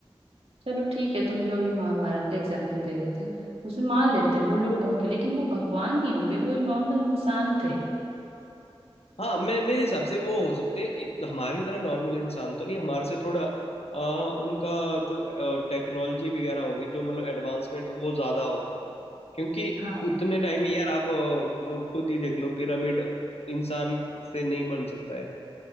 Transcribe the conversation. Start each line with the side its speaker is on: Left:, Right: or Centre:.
Right: चलो ठीक है तुम जो अभी महाभारत का एग्जाम्पल दे रहे थे उसमें मान लेते हैं वो लोग होंगे लेकिन वो भगवान नहीं होंगे वो नॉर्मल इंसान थे
Left: हाँ मैं मेरे हिसाब से वो हो सकते हैं हमारी तरह नॉर्मल इंसान तो नहीं हमारे से थोड़ा अ, उनका जो टेक्नोलॉजी वगैरह होगी जो मतलब एडवांसमेंट वो ज़्यादा होगा क्योंकि
Right: हाँ
Left: उतने टाइम में यार आप अ, वो खुद ही देख लो पिरामिड इंसान से नहीं बन सकता है